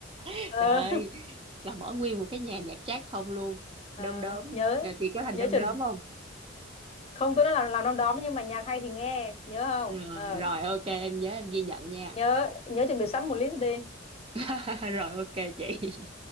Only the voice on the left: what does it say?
ờ
<laughs>
ờ,
nhớ
nhớ
chuẩn
không tôi nói là làm năm đó nhưng mà nhạc hay thì nghe nhớ không
ờ
nhớ nhớ chuẩn bị sẵn một list đi